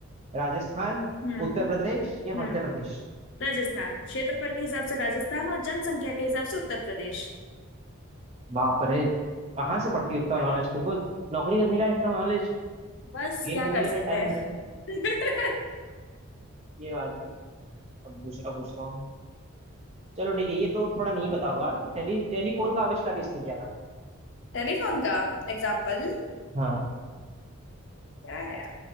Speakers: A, on the right (about 30°); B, on the left (about 55°).
A: राजस्थान
B: हम्म
A: उत्तर प्रदेश या
B: हम्म
A: मध्य प्रदेश
B: राजस्थान क्षेत्रफल के हिसाब से राजस्थान और जनसंख्या के हिसाब से उत्तर प्रदेश
A: बाप रे कहाँ से पढ़ती हो इतना नॉलेज तुमको नौकरी करने का इतना नॉलेज
B: बस
A: गेन
B: क्या
A: करने
B: कर
A: के
B: सकते
A: लिए टाइम
B: हैं
A: मिल जाएगा
B: <laughs>
A: ये बात भी है अब दूसरा पूछता हूँ चलो ठीक है ये तो थोड़ा नहीं पता होगा टेली टेलीफोन का आविष्कार किसने किया था
B: टेलीफोन का एग्जाम्पल
A: हाँ
B: क्या है